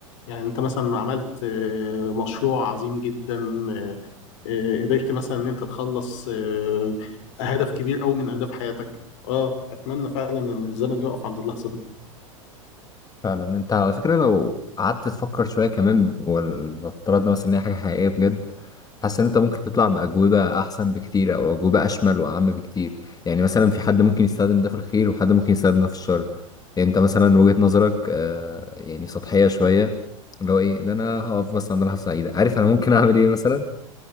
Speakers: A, on the left (about 65°); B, on the left (about 20°).
A: يعني انت مثلا عملت آه، مشروع عظيم جدا آه، آه، قدرت مثلا ان انت تخلص آه، هدف كبير قوي من اهداف حياتك اه اتمنى فعلا ان الزمن يقف عند اللحظة دي
B: فعلا انت على فكرة لو قعدت تفكر شوية كمان وافترضنا مثلا ان هي حاجة حقيقية بجد حاسس ان انت ممكن تطلع بأجوبة أحسن بكتير أو أجوبة أشمل وأعم بكتير يعني مثلا في حد ممكن يستخدم ده في الخير وحد ممكن يستخدم ده في الشر يعني انت مثلا وجهة نظرك آه يعني سطحية شوية اللي هو ايه ده انا هقف بس عند لحظة سعيدة عارف انا ممكن اعمل ايه مثلا